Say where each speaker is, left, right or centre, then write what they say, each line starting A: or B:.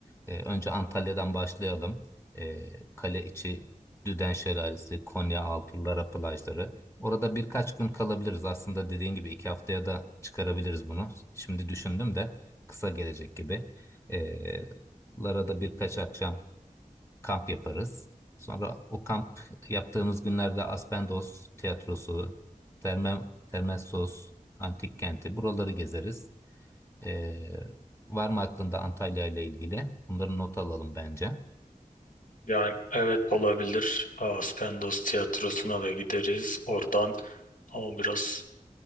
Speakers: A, on the left; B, on the left.
A: E, önce Antalya'dan başlayalım. E, kale içi, Düden Şelalesi, Konya Altı, Lara plajları. Orada birkaç gün kalabiliriz. Aslında dediğin gibi iki haftaya da çıkarabiliriz bunu. Şimdi düşündüm de kısa gelecek gibi. E, Lara'da birkaç akşam kamp yaparız. Sonra o kamp yaptığımız günlerde Aspendos Tiyatrosu, Terme, Termessos, Antik Kenti buraları gezeriz. Ee, var mı aklında Antalya ile ilgili? Bunları not alalım bence.
B: Yani evet olabilir. Aspendos tiyatrosuna da gideriz. Oradan ama biraz